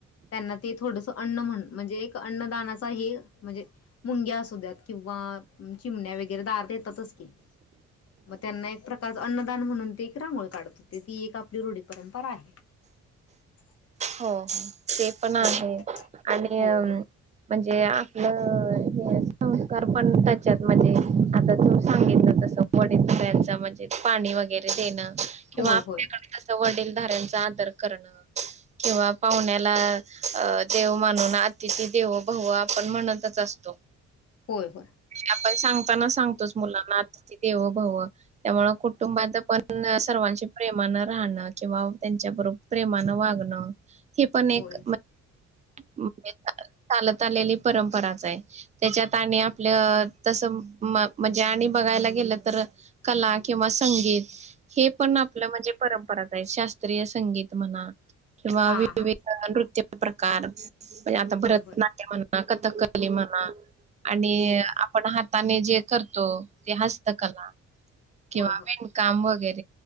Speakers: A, on the left (about 50°); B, on the right (about 25°).
A: त्यांना ते थोडस अन्न म्हण म्हणजे एक अन्नदानाचा हे म्हणजे मुंग्या असू द्यात किंवा- चिमण्या वगैरे दारात येतातच की. मग त्यांना एक प्रकारच अन्नदान म्हणून ते एक रांगोळ काढत होते. ती एक आपली रूढी परंपरा आहे. <inaudible>
B: हो ते पण आहे.
A: होय
B: आणि-
A: होय होय
B: म्हणजे- जे आपलं हे संस्कार पण त्याच्यात म्हणजे आता तू सांगितलं तस- <unintelligible> म्हणजे पाणी वगैरे देणं. किंवा
A: होय
B: आपल्याकडे
A: होय
B: कस वडीलधाऱ्यांचा आदर करणं. किंवा पाहुण्याला अ- देव मानून अतिथी देवो भव आपण म्हणतच असतो.
A: होय होय
B: आपण सांगताना सांगतोच मुलांना आता- देवो भव त्यामुळे कुटुंबात पण सर्वांशी प्रेमानं राहणं किंवा त्यांच्या- बरोबर प्रेमानं वागणं हि पण एक
A: होय
B: <unintelligible> ली परंपराच आहे त्याच्यात आपल्या तस म्हणजे आणि बघायलाे. क किवा सं पण आप म्हण <unintelligible> संगीत म्हणा किंवा
A: हा
B: वि
A: हा
B: नृत्य प्रकार म्हणजे आता
A: होय
B: भरतनाट्य
A: होय
B: म्हणा कथकली म्हणा आणि
A: होय
B: आपण ह जे करतो ते हस्तकला किंवा
A: होय होय
B: विणकाम वगैरे